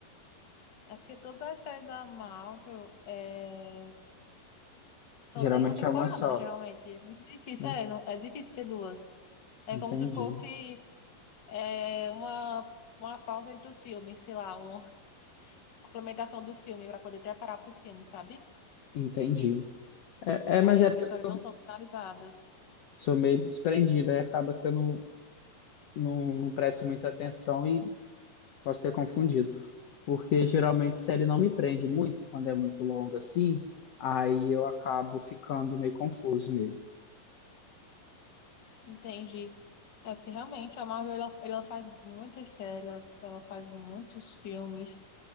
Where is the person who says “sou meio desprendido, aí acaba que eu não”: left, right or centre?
Left